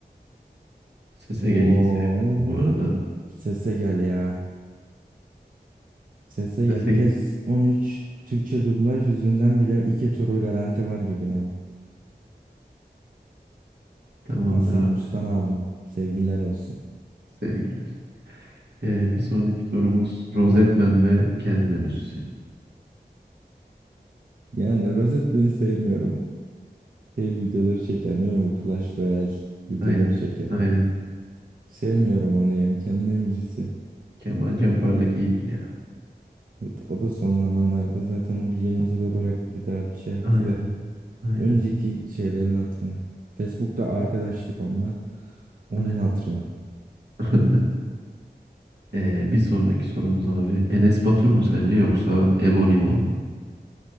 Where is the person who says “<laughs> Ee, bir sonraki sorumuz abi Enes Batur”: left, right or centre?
Right